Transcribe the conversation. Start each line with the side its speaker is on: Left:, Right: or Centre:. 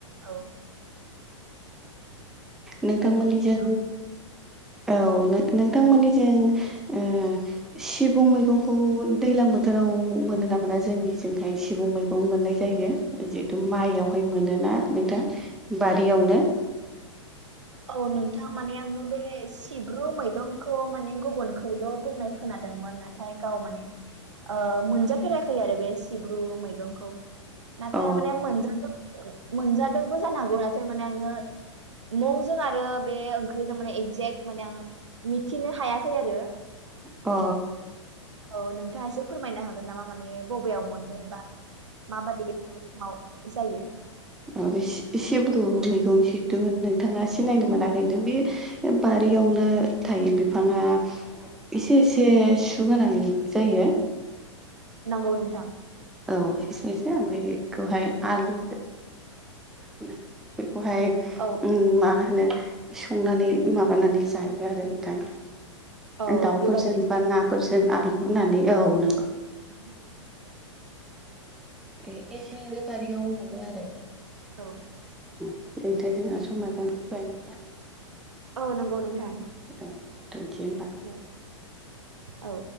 Right: औ
Centre: नोंथांमोननिजों
Right: बेनि
Centre: औ नोंथांमोननिजों ओ सिबुं मैगंखौ दैज्लां बोथोराव मोनो ना मोना जोंनिजोंहाय सिबुं मैगं मोननाय जायो। जिहेथु माइआवहाय मोनोना नोंथां बारियावनो
Right: औ नोंथां माने आङो बे सिब्रु मैगंखौ माने गुबुनखौल' बुंनाय खोनादोंमोन ना नाथाय गाव माने मोनजाफेराखै आरो बे सिब्रु मैगंखौ। नाथाय
Centre: अ
Right: माने मोनजादों मोनजादोंबो जानो हागौ नाथाय माने आङो मुं जों आरो बे ओंख्रिजों माने एक्जेक्ट माने आङो मिथिनो हायाखै आरो
Centre: अ
Right: औ नोंथाङा एसे फोरमायनो हागोन नामा माने बबेयाव मोनो बा माबाददि बे औ जायो
Centre: उम एस-ए सेब्रु मैगं सद नोंथाङा सिनायनो मोनाखैथ बे बारियावनो थायो बिफाङा एसे एसे सुगोनां जायो
Right: नंगौ नोंथां
Centre: औ एसे एसे ओमफ्राय बेखौहाय आलु बेखौहाय
Right: औ
Centre: उम मा होनो संनानै माबानानै जायो आरो नोंथां
Right: औ
Centre: दाउफोरजों
Right: बेबादिनो
Centre: बा नाफोरजों आलु होनानै औ नों
Right: औ
Centre: ए-एसे एनै बारियाव मोनो आरो
Right: औ
Centre: ओरैफ्राय जोंहा समा जानानै बाय दा
Right: औ नंगौ नोंथां
Centre: औ दोनसै होमबा
Right: औ औ